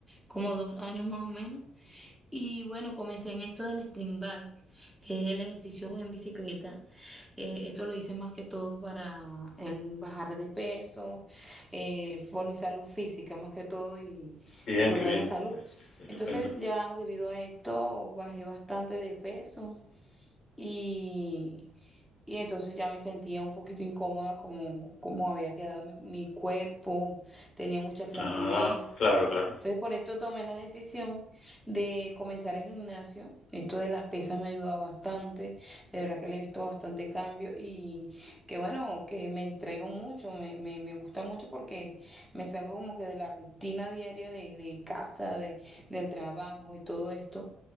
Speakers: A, in the centre; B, on the left.
A: como dos años más o menos. Y bueno, comencé en esto del string bike, que es el ejercicio en bicicleta. Eh, esto lo hice más que todo para el bajar de peso, eh, por mi salud física más que todo y,
B: bien,
A: y por
B: qué
A: buena
B: bien,
A: salud.
B: estupendo.
A: Entonces ya debido a esto bajé bastante de peso. Y, y entonces ya me sentía un poquito incómoda como, como había quedado mi, mi cuerpo, tenía mucha flacidez.
B: Ah, claro, claro,
A: Entonces por esto tomé la decisión de comenzar el gimnasio. Esto de las pesas me ha ayudado bastante, de verdad que le he visto bastante cambio y que bueno, que me distraigo mucho, me, me, me gusta mucho porque me salgo como que de la rutina diaria de, de casa, de, del trabajo y todo esto,